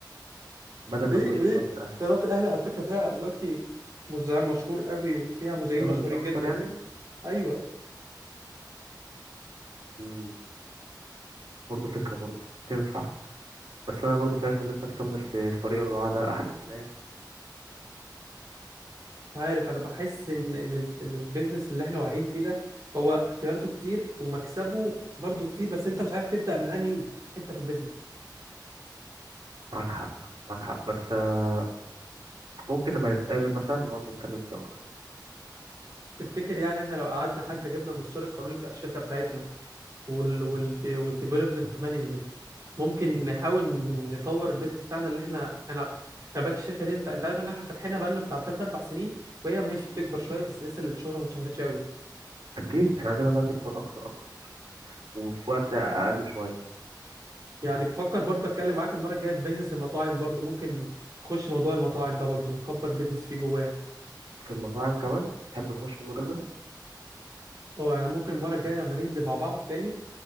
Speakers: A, on the right; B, on the right.
A: بدل
B: ليه
A: ما تخش
B: ليه
A: في قناه الاهلي
B: قناة الأهلي على فكرة فيها دلوقتي مذيع مشهور قوي وفيها مذيعين
A: شهرت
B: مشهورين
A: اكتر
B: جدا
A: يعني
B: ايوه
A: امم برضه فكره برضه تنفع بس انا برضه شايف ان انت تكمل في في طريق الرعاة ده احسن يعني
B: عارف انا بحس ان ان ال- إن البيزنس اللي احنا واقعين فيه ده هو اختياراته كتير ومكسبه برضه كتير بس انت مش عارف تبدا من انهي حته في البيزنس
A: معاك حق معاك حق بس آه، ممكن لما نتقابل مثلا نقعد نتكلم فيه اكتر
B: تفتكر يعني احنا لو قعدنا حتى جبنا المستشار القانوني بتاع الشركه بتاعتنا وال وال والديفلوبمنت مانجمنت ممكن نحاول ن- نطور البيزنس بتاعنا اللي احنا انا خلي بالك الشركه دي انت انت عارف ان احنا فاتحينها بقالنا بتاع 3 4 سنين وهي ماشي بتكبر شويه بس لسه الشهره ما اتشهرتش قوي
A: اكيد احنا عايزينها بقى تكبر اكتر اكتر وفي وقت اقل شويه
B: يعني بفكر برضه اتكلم معاك المره الجايه في بيزنس المطاعم برضه ممكن تخش موضوع المطاعم ده برضه نكبر بيزنس فيه جواه
A: في المطاعم كمان تحب تخش المجال ده
B: اه يعني ممكن المره الجايه لما ننزل مع بعض تاني